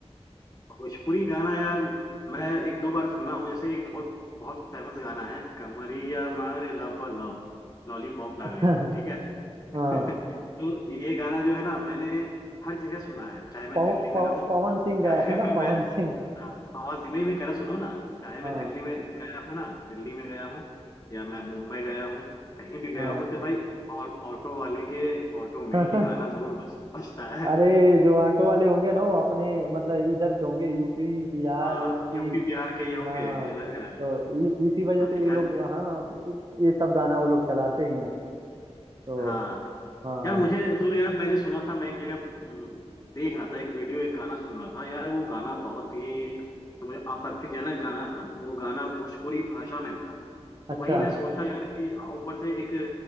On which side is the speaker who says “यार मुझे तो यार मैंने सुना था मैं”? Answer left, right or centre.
Left